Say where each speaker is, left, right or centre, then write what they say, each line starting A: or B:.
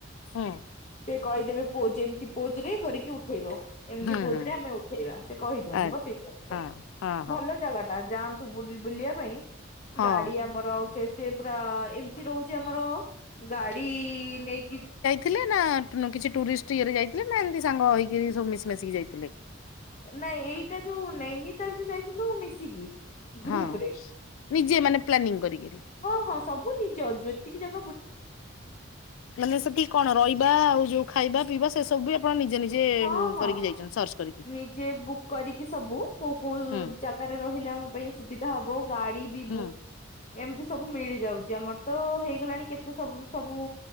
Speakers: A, on the left; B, on the left.
A: ହୁଁ।
B: ସେ କହିଦେବେ ପୋଜ ଯେମିତି ପୋଜ ରେ କରିକି ଉଠେଇବ। ଏମିତି
A: ହୁଁ
B: ପୋଜରେ
A: ହୁଁ
B: ଆମେ ଉଠେଇବା ସେ କହିଛନ୍ତି
A: ଆ
B: ବତେଇ କ୍ୟାନସଲ୍
A: ହଁ ହଁ ହଁ
B: ଭଲ ଜାଗା ଟା ଯାଆନ୍ତୁ ବୁଲି ବୁଲିବା ପାଇଁ
A: ହଁ।
B: ଗାଡି ଆମ ଆମର ଅ କେ ସେ ପୁରା ଏମିତି ରହୁଛି ଆମର ଗାଡି ନେଇକି
A: ଥିଲେ ନା କିଛି ଟୁରିଷ୍ଟ ଇଏରେ ଯାଇଥିଲେ ନା ଏମିତି ସାଙ୍ଗ ହେଇକିରି ସବୁ ମିଶି ମାଶିକି ଯାଇଥିଲେ।
B: ନାଇଁ ଏଇଟା ଯୋଉ ନେଇନିତାଲ ଯୋଉ ଯାଇଥିଲୁ ମିଶିକି। ଗ୍ରୁପ
A: ହଁ
B: ରେ
A: ନିଜେ ମାନେ ପ୍ଲାନିଂ କରିକିରି।
B: ହଁ ହଁ ସବୁ ନିଜ ଜୋତିକି ଯ
A: ମାନେ ସେଠି କଣ ରହିବା ଆଉ ଯୋଉ ଖାଇବା ପିଇବା ସେ ସବୁ ବି ଆପଣ ନିଜେ ନିଜେ
B: ହଁ ହଁ
A: କରିକି ଯାଇଛନ୍ତି
B: ହଁ
A: ସର୍ଚ୍ଚ କରିକି।
B: ନିଜେ ବୁକ୍ କରିକି ସବୁ କୋଉ କୋଉ
A: ହୁଁ
B: ଜା ଗାରେ ରହିଲେ ଆମୋ ପାଇଁ ସୁବିଧା ହବ ଗାଡି ବି
A: ହୁଁ
B: ବୁକ୍ ଏମିତି ସବୁ ମିଳିଯାଉଛି ଆମର ତ ହେଇଗଲାଣି କେତେ ସବୁ ସବୁ